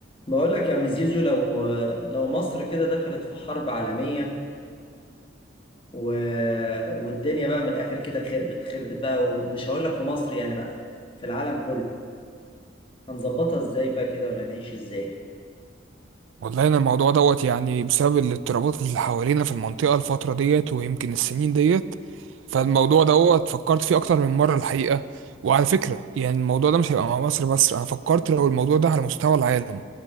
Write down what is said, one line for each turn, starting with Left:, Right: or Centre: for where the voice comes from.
Left: بقول لك يا عم زيزو لو لو مصر كده دخلت في حرب عالمية و... والدنيا بقى من الآخر كده خربت خربت بقى ومش هقول لك في مصر يعني بقى في العالم كله هنظبطها ازاي بقى كده ولا نعيش ازاي
Right: والله انا الموضوع دوت يعني بسبب الاضطرابات اللي حوالينا في المنطقه الفتره ديت ويمكن السنين ديت فالموضوع دوت فكرت فيه اكتر من مره الحقيقه وعلى فكره يعني الموضوع ده مش هيبقى مع مصر بس انا فكرت لو الموضوع ده على مستوى العالم